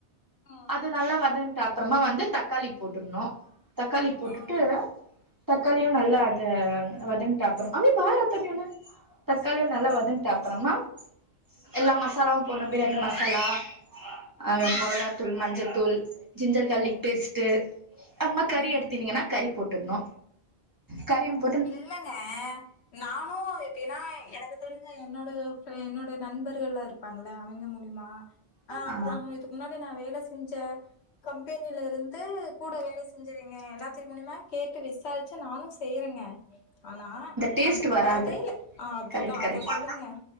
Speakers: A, on the left; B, on the right.
A: ம்
B: அது நல்லா வதன்ட்டு அப்புறமா வந்து தக் காளி போட்டுணும் தக்காளி போட்டுட்டு
A: ம்
B: தக்காளியும் நல்லா அத வதங்கிட்டு அப்புறோம் அம்மி பாய ரத்தம ஒன தக்காளியும் நல்லா வதன்ட்டு அப்புறமா எல்லா மசாலாவும் போணும் பிரியாணி மசாலா அஹ்
A: ம் ம்
B: மொளகாத்துள் மஞ்ச ஜ தூள் ஜிஞ்சர் கார்லிக் பேஸ்ட்ட் அம்மா கறி
A: ம்
B: எடுத்தனீங்கன்னா கறி போட்டு ட்டுனு கறியும்
A: இல்லங்க நானும் அப்டினா எனக்கு தெரிஞ்ச என்னோட என்னோட நண்பர்கள் எல்லாம் இருப்பாங்கள அவங்க மூலியமா அஹ்
B: ஆ
A: அப்புறம் இதுக்கு முன்னாடி நான் வேல செஞ்ச கம்பெனில இருந்து கூட வேல செஞ்ச ரிங்க எல்லாதெரு மூலியமா கேட் டு விசாரிச்ச நானும் ங்க ஆனா
B: டேஸ்ட்
A: அந்த
B: வராது
A: கடையில அதுதான்
B: கரெக்ட் கரெக்ட்
A: அத சொல்லுங்க